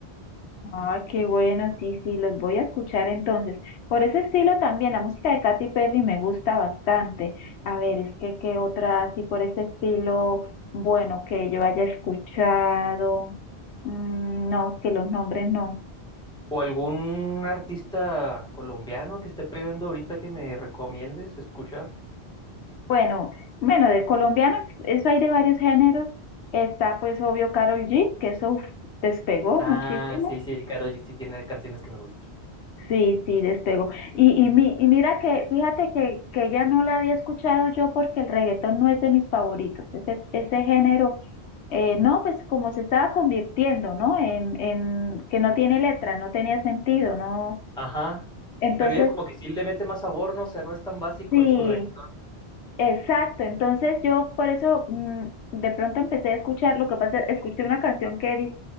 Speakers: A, on the left (about 80°); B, in the centre.
A: Ah, qué bueno, sí, sí, los voy a escuchar entonces. Por ese estilo también, la música de Katy Perry me gusta bastante. A ver, es que qué otra así por ese estilo, bueno, que yo haya escuchado. Mm, no, es que los nombres no.
B: ¿O algún artista colombiano que esté pegando ahorita que me recomiendes escuchar?
A: Bueno, bueno, de colombianos, eso hay de varios géneros. Está pues obvio Carol G, que eso uf, despegó
B: Ah,
A: muchísimo.
B: sí, sí, Karol G sí tiene canciones que me gustan.
A: Sí, sí, despegó. Y, y, mi, y mira que, fíjate que, que ella no la había escuchado yo porque el reggaetón no es de mis favoritos, ese, ese género, eh, no, pues como se estaba convirtiendo, ¿no? En, en que no tiene letra, no tenía sentido, ¿no?
B: Ajá.
A: Entonces,
B: Pero ella como que sí le mete más sabor, ¿no? O sea, no es tan básico
A: sí,
B: el su reggaetón.
A: exacto. Entonces yo por eso mm, de pronto empecé a escuchar, lo que pasa, escuché una canción que dice,